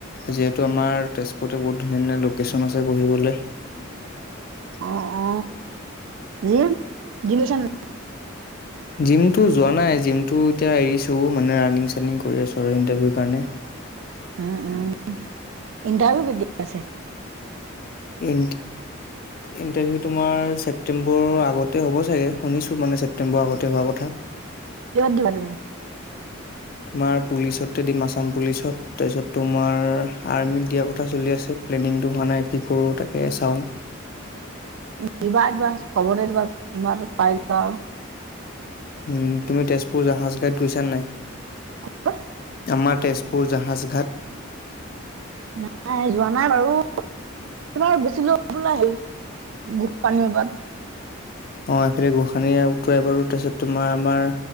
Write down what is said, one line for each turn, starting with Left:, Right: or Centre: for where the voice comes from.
Left: যিহেতু আমাৰ তেজপুৰতে বহুত ধুনীয়া ধুনীয়া লোকেশ্যন আছে বহিবলৈ। <unintelligible>
Right: অ অ জিম, <unintelligible>
Left: জিমটো যোৱা নাই, জিমটো এতিয়া এৰিছোঁ, মানে ৰানিং চানিং কৰি আছোঁ আৰু ইণ্টাৰভিউৰ কাৰণে।
Right: উম, উম। ইণ্টাৰভিউ কেতিয়া আছে?
Left: <unintelligible> ইণ্টাৰভিউ তোমাৰ ছেপ্টেম্বৰৰ আগতে হ'ব চাগে, শুনিছোঁ মানে ছেপ্টেম্বৰৰ আগতে হোৱা কথা।
Right: কিহত দিবা তুমি?
Left: তোমাৰ পুলিচতো দিম, আছাম পুলিচত। তাৰপিছত তোমাৰ আৰ্মিত দিয়াৰ কথা চলি আছে, প্লেনিংটো হোৱা নাই। কি কৰোঁ তাকে চাওঁ।
Right: দিবা দিবা, সবতে দিবা। <inaudible>
Left: উম, তুমি তেজপুৰ জাহাজ ঘাট গৈছা নাই?
Right: <inaudible>
Left: মাৰ তেজপুৰ জাহাজঘাট?
Right: নাই, যোৱা নাই বাৰু এবাৰ গৈছিলো <unintelligible> হেৰি <inaudible>
Left: অ', এইফালে গোঁসানি উটুৱাই বাৰু, তাছত তোমাৰ আমাৰ